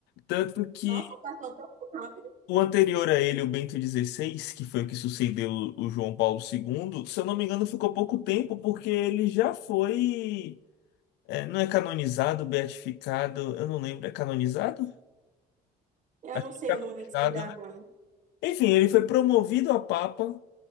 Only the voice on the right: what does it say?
Nossa, passou tão rápido.
Eu
não sei
o
nome que se dá,
não.